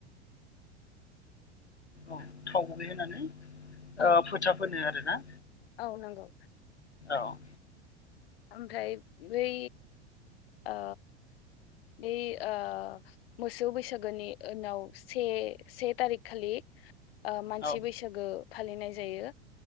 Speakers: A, on the left (about 80°); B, on the left (about 60°).
A: औ थाव गुबै होनानै
B: औ
A: फोथाब फोनो आरोना।
B: औ नोंगौ।
A: औ
B: ओमफ्राय बै आ बेै ओ मोसौ बैसागोनि उनाव से से थारिख खालि ओ मानसि
A: औ
B: बैसागो फालिनाय जायो